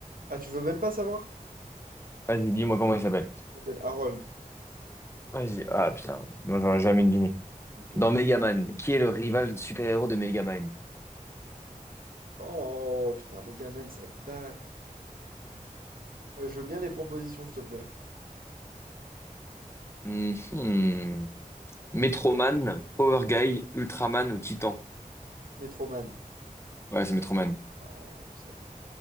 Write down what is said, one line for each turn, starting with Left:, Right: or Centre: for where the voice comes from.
Right: Ah, tu veux même pas savoir?
Left: Vas-y, dis-moi comment il s'appelle.
Right: Il s'appelle Harold.
Left: Vas-y. Ah putain, non, j'aurais jamais deviné.
Right: Ok.
Left: Dans Megaman, qui est le rival super-héros de Megaman?
Right: Oh, putain, Megamind, ça date. Euh, je veux bien les propositions, s'il te plaît.
Left: Mhm. Metroman, Power Guy, Ultraman ou Titan?
Right: Metroman.
Left: Ouais, c'est Metroman.
Right: Ouais, je savais.